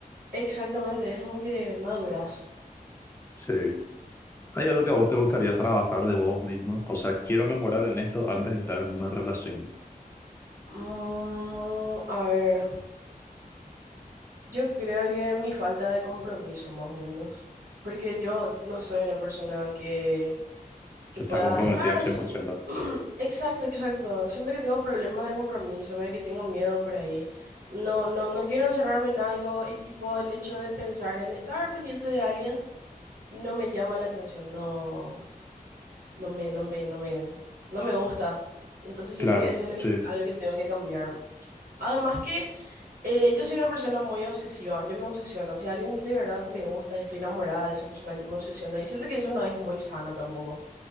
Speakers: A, on the right; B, on the left.
A: Exactamente, es como que maduras.
B: Sí. ¿Hay algo que a vos te gustaría trabajar de vos mismo? O sea, quiero mejorar en esto antes de estar en una relación.
A: Mm, a ver, yo creo que mi falta de compromiso más o menos, porque yo no soy una persona que que
B: Está
A: pueda
B: comprometida
A: estar
B: al
A: así.
B: cien por ciento
A: <clears throat> Exacto, exacto. Siento que tengo problemas de compromiso, medio que tengo miedo por ahí. No, no, no quiero encerrarme en algo y tipo el hecho de pensar en estar pendiente de alguien no me llama la atención, no, no me, no me, no me, no me gusta. Entonces
B: Claro,
A: siento que eso es lo que,
B: sí.
A: algo que tengo que cambiar. Además que eh, yo soy una persona muy obsesiva, yo me obsesiono. Si alguien de verdad me gusta y estoy enamorada de esa persona, yo me obsesiono y siento que eso no es muy sano tampoco.